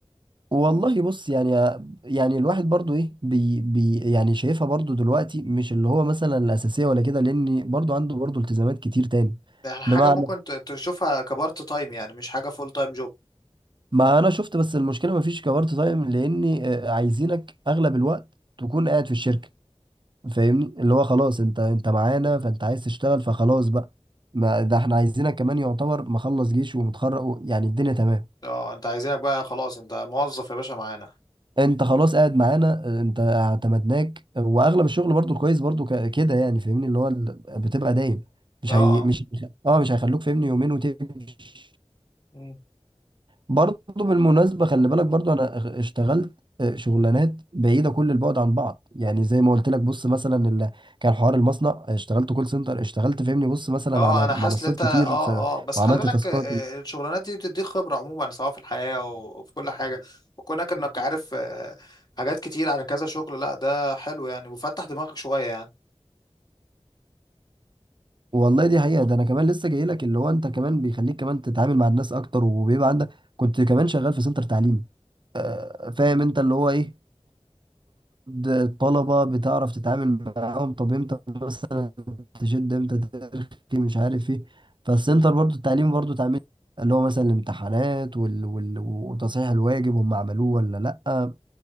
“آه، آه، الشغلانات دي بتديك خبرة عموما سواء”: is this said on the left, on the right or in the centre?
Left